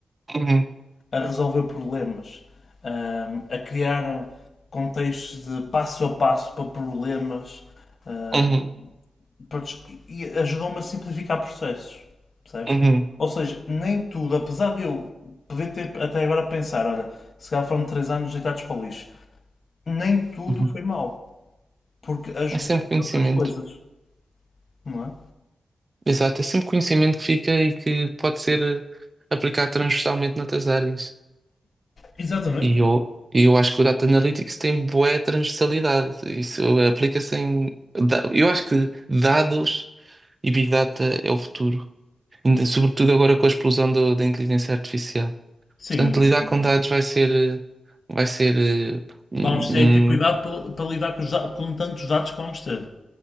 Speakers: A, on the right; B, on the left.
A: uhum,
B: a resolver problemas, um, a criar contextos de passo a passo para problemas uh,
A: uhum,
B: para, e ajudou-me a simplificar processos, percebes?
A: uhum,
B: Ou seja, nem tudo, apesar de eu poder ter até agora a pensar, olha, se calhar foram 3 anos deitados para o lixo, nem tudo
A: uhum.
B: foi mal porque ajudou
A: É sempre conhecimento.
B: em outras coisas, não é?
A: Exato, é sempre conhecimento que fica e que pode ser eh, aplicado transversalmente noutras áreas.
B: Exatamente.
A: E eu, e eu acho que o Data Analytics tem boa transversalidade. Isso aplica-se em. da- Eu acho que dados e Big Data é o futuro. Ainda- Sobretudo agora com a explosão do- da inteligência artificial.
B: Sim,
A: Portanto, lidar
B: sim.
A: com dados vai ser. eh, Vai ser. eh, Um,
B: Vamos ter que ter cuidado
A: um-
B: para, para lidar com, os da- com tantos dados que vamos ter.